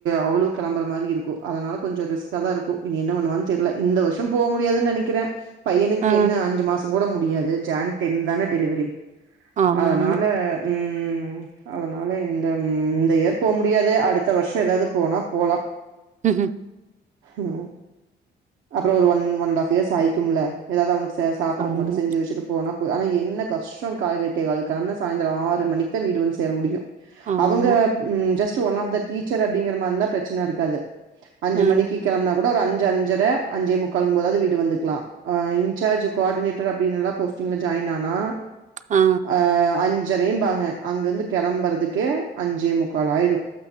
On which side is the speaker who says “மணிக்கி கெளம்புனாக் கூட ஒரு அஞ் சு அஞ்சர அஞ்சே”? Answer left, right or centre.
Right